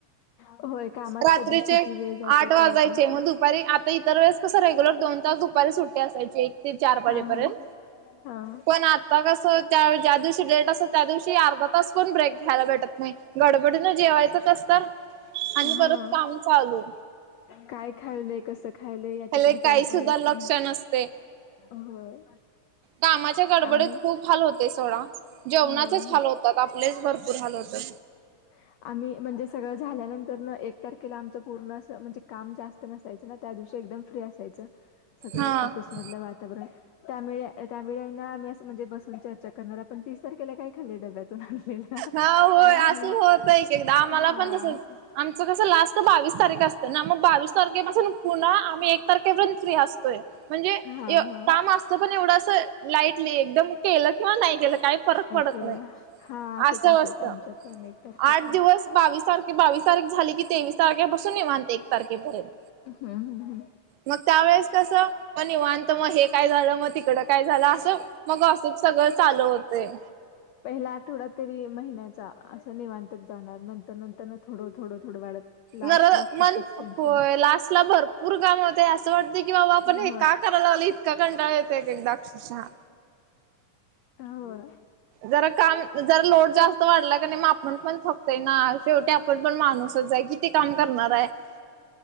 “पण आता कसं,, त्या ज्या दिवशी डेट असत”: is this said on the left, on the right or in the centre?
Right